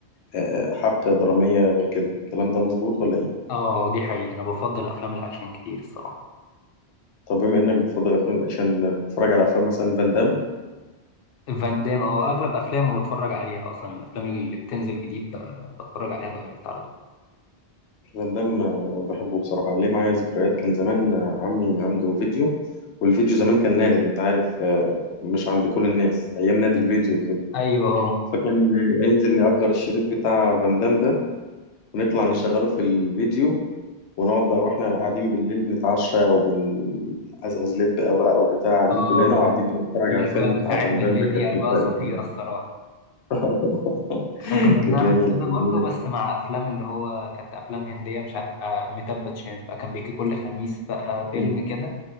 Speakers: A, on the left; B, on the left.
A: آه، حبكه دراميه غير كده الكلام ده مظبوط ولا ايه
B: اه دي حقيقة أنا بفضل أفلام الأكشن كتير الصراحة
A: طب بما انك بتفضل افلام الاكشن بتتفرج على افلام مثلا فان دام
B: فان دام اه اغلب افلامه بتفرج عليها اصلا الافلام اللي بتنزل جديد ب- بتفرج عليها دايركت على طول
A: فان دام آه، بحبه بصراحه ليه معايا ذكريات كان زمان آه، عمي عنده فيديو والفيديو زمان كان نادر انت عارف آه، مش عند كل الناس ايام نادي الفيديو
B: ايوه اه
A: فكان هينزل نأجر الشريط بتاع فان دام ده ونطلع نشغله في الفيديو ونقعد بقى واحنا قاعدين بالليل بنتعشى او بنقزقز لب بقى, بقى او بتاع قاعدين
B: آه،
A: كلنا وقاعدين بنتفرج
B: الاجواء
A: على الفيلم بتاع
B: بتاعت
A: فان
B: بالليل
A: دام ده كانت
B: دي اجواء
A: ذكريات
B: خطيره
A: جميلة
B: الصراحه
A: <laughs>
B: احنا كنا بنعمل
A: كانت جميلة
B: كده
A: كانت
B: برضه
A: جميلة
B: بس مع افلام اللي هو كانت افلام هنديه مش عارف آه، اميتاب باتشان بقى كان بيجي كل خميس بقى فيلم
A: مم.
B: كده